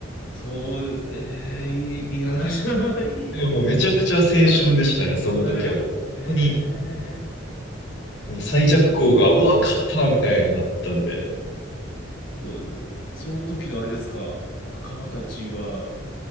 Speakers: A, on the left (about 85°); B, on the left (about 65°).
A: そうです。ええいい、いい話だな。いいや。
B: でももうめちゃくちゃ青春でしたね、
A: はい。
B: その時はもう。
A: はい。
B: 本当に
A: ええ
B: もう最弱校が、
A: そう。
B: うわ、勝ったみたいになったんで。
A: そうです。その時のあれですか、仲間たちは、